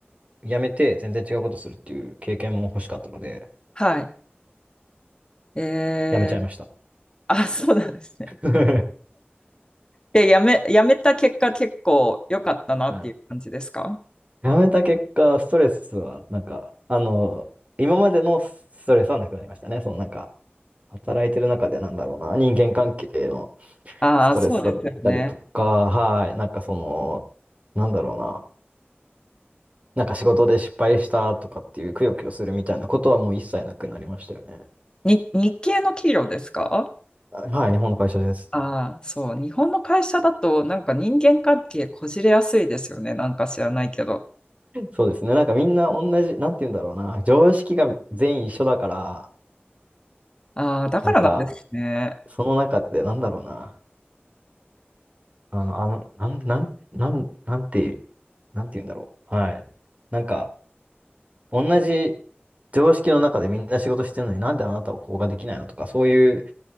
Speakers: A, on the right; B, on the left.
A: 辞めて全然違うことするっていう経験も欲しかったので、
B: はい。え
A: 辞めちゃいました。
B: え。あ、<laughs> そうなんですね。
A: <laughs>
B: で、やめ、やめた結果結構良かったなっていう感じですか
A: はいやめた結果、ストレスは、なんか、あの、今までのストレスはなくなりましたね。そのなんか、働いてる中でなんだろうな、人間関係の
B: ああ、
A: ストレスだったりとか、
B: そうですよね。
A: はい、なんかその、なんだろうな、なんか仕事で失敗したとかっていう、くよくよするみたいなことはもう一切なくなりましたよね。
B: に、日系の企業ですか
A: はい、日本の会社です。
B: ああ、そう。日本の会社だと、なんか人間関係こじれやすいですよね。なんか知らないけど。
A: そうですね。なんかみんな同じ、なんて言うんだろうな、常識が全員一緒だから、
B: ああ、だからなんですね。
A: なんか、その中でなんだろうな、あの、あの、なん、なん、なん、なんて、なんて言うんだろう。はい。なんか、同じ常識の中でみんな仕事してるのになんであなたはこうができないのとか、そういう